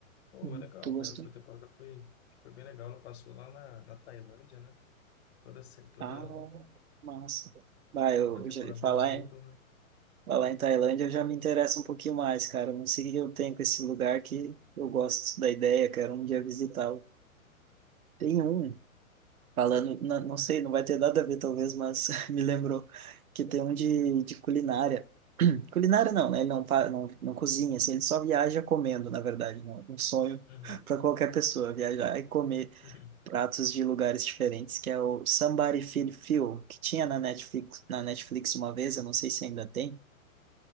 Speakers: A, on the left; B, on the right.
A: Pô,
B: Hum,
A: é legal,
B: Tu gostou?
A: velho. A última temporada foi, foi bem legal. Ela passou lá na, na Tailândia, né? Toda, se- toda,
B: Ah, massa. Vai, eu
A: toda temporada
B: já falar
A: eles mudam,
B: em,
A: né?
B: falar em Tailândia, eu já me interesso um pouquinho mais, cara. Não sei o que eu tenho com esse lugar que eu gosto da ideia, quero um dia visitá-lo. Tem um Falando, não, não sei, não vai ter nada a ver talvez, mas <laughs> me lembrou que tem um de, de culinária. <clears throat> Culinária não, né? Ele não, pa- não, não cozinha, assim, ele só viaja comendo, na verdade, né? Um sonho
A: Uhum,
B: <laughs> para qualquer pessoa, viajar e comer
A: uhum,
B: pratos de lugares diferentes, que é o Somebody Feed Phil, que tinha na Netflix, na Netflix uma vez, eu não sei se ainda tem,